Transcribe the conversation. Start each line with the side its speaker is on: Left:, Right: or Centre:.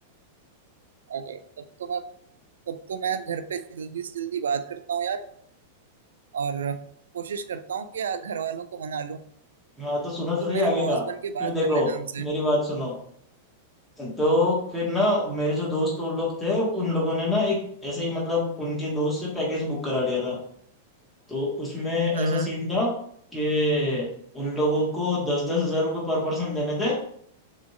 Right: अरे तब तो मैं तब तो मैं घर पे जल्दी से जल्दी बात करता हूँ यार और कोशिश करता हूँ कि घर वालों को मना लूं
Centre: हाँ तो सुनो तो
Right: तुम
Centre: सही
Right: मेरे
Centre: आगे
Right: बॉस
Centre: का
Right: बन के
Centre: फिर
Right: बात
Centre: देखो
Right: कर लेना उनसे
Centre: मेरी बात सुनो तो फिर ना मेरे जो दोस्त वो लोग थे उन लोगों ने ना एक ऐसे ही मतलब उनके दोस्त से पैकेज बुक करा लिया था तो उसमें ऐसा
Right: हाँ हाँ
Centre: सीन था कि उन लोगों को दस दस हजार रुपये पर पर्सन देने थे